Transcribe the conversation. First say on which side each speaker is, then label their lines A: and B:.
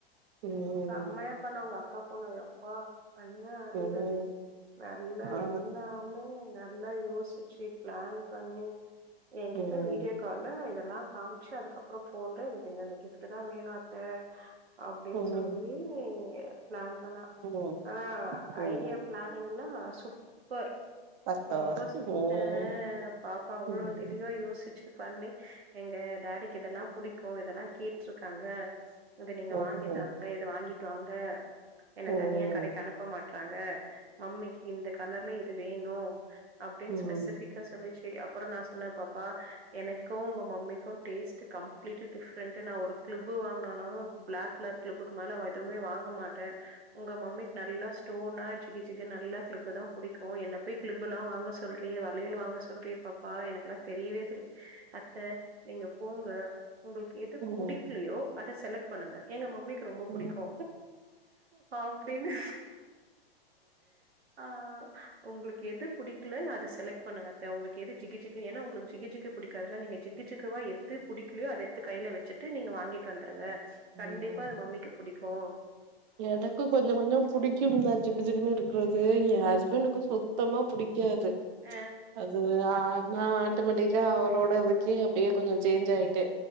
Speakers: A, on the right; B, on the right.
A: ம்
B: செம்மையா பண்ணோங்க தப்போ நா எப்ப அண்ணா அறிவு
A: ம்
B: நல்லா
A: ஆ
B: எல்லாமே நல்லா யோசுச் ச்சு ஃப்ளான் பண்ணி ஏங்
A: ம்
B: கிட்ட வீடியோ கால்ல இதெல்லா காம்ச்சு அதுக்கப்பறோ போன்ல எனக்கு இந்த இந்த கிஃப்ட் தா வேணு அத்த அப்டின்னு
A: ம்
B: சொல் சொல்லி ஃப்ளான் பண்ணா
A: ம்
B: ஆனா
A: ம்
B: ஐடியா ஃப்ளானிங்கெல்லா சுப்பர்
A: கஷ்டோ
B: ரொம்ப
A: ம்
B: எ அ பாப்பா அவ்ளோ
A: ம்
B: தெளிவா யோசிச்சு பண்ணி எங்க ஃடாடிக்கு இதெல்லா புடிக் ஓ இதெல்லா கேட்ருக்காங்க இத நீங்க
A: ம் ம்
B: வாங்கித்தா இத வாங்கிட்டு வாங்க என்னத்
A: ம்
B: தனியா கடைக்கு
A: ம்
B: அனுப்ப மாட்டறாங்க மம்மிக்கு இந்த கலர்ல இது வேணு அப்டின்
A: ம்
B: ஸ்பெசிபிக்கா சொல்லிற்சு செரி அப்பறோ நா சொ என்ன பாப்பா எனக்கூ உங்க மம்மிக்கு டேஸ்ட்டு கம்ளீட்டு டிஃப்ரெண்ட்டு நா ஒரு க்ளிப்பு வாங்குனனாலு ஃப்ளாக் கலர் க்ளிப்புக்கு மேல எதுவுமே வாங்க மாட்டே உங்க மம்மிக்கு நல்லா தோனா ஜிகு ஜிகு நல்லா க்ளிப்பு தா புடிக்கூ என்ன போய் கிளிப்பெல்லா வாங்க சொல்றயே வ ளையல் வாங்க ஸ் சொல்றியே பாப்பா எனக்கெல்லா தெரியவே தெரிய அத்த நீங்க போங்க உங்களுக்கு எது
A: ம்
B: புடிக்லையோ அத செலக் பண்ணுங்க எங்க மம்மி கு ரொம்ப புடிக்கூ
A: ம்
B: அப்டின்னு ஆ உங்களுக்கு எது புடிக்கல அத செலக்ட் பண்ணுங்கத்த உங்களுக் எது ஜிகு ஜிகு ஏனி உங்களுக்கு ஜிகு ஜிகு புடிக்காதுல்ல நீங்க ஜிகு ஜிகுவா எது புடிக்கலயோ அது எட் து கைல வச்சுட்டு நீங்க வாங்கிட் தந்துருங்க கண்டிப்
A: ம்
B: பா அது மம்மிக்கு புடிக் கோ
A: எனக்கு கொஞ்ச கொஞ்ச புடிக்கும் தா ஜிகு ஜிகுன் இருக்குறது ஏ ஹஸ்பண்ட்கு சுத் த்தமா புடிக் க்காது
B: ஆ,
A: அது ஆ நா டொமட்டிக்கா அவரோட இதுக்கே அப்டியே கொஞ்சொ சேஞ்ச் ஆயிட்டே